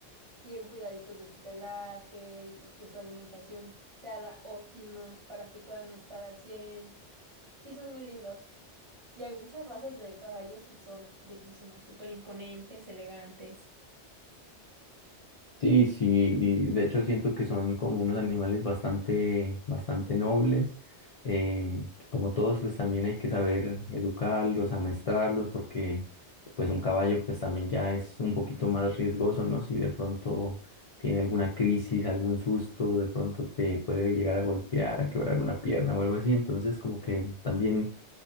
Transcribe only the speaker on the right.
bien cuidaditos de su pelaje y que su alimentación sea la óptima para que puedan estar al 100. Sí, son muy lindos. Y hay muchas razas de caballos que son bellísimos, súper imponentes, elegantes.